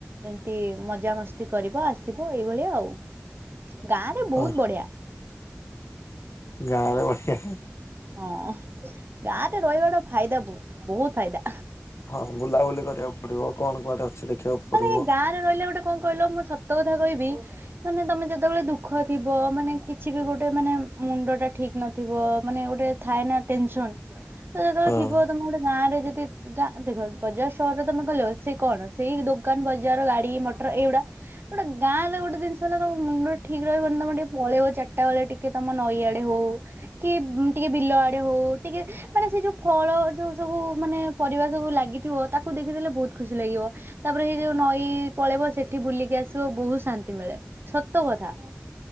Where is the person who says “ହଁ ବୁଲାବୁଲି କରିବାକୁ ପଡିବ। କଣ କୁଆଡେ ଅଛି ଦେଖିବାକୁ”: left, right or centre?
Left